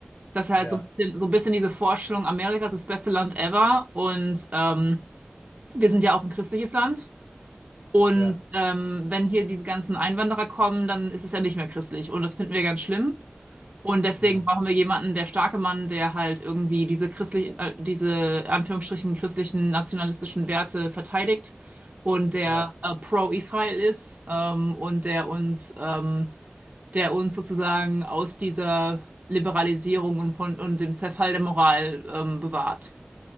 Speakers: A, on the right; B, on the left.
A: dass er
B: Ja.
A: halt so ein bisschen, so ein bisschen diese Vorstellung, Amerika ist das beste Land ever und ähm, wir sind ja auch ein christliches Land. Und
B: Ja.
A: ähm, wenn hier diese ganzen Einwanderer kommen, dann ist es ja nicht mehr christlich. Und das finden wir ganz schlimm. Und deswegen
B: Mhm.
A: brauchen wir jemanden, der starke Mann, der halt irgendwie diese christlichen, äh, diese Anführungsstrichen christlichen nationalistischen Werte verteidigt und der
B: Ja.
A: äh, pro-Israel ist ähm, und der uns, ähm, der uns sozusagen aus dieser Liberalisierung und von und dem Zerfall der Moral ähm, bewahrt.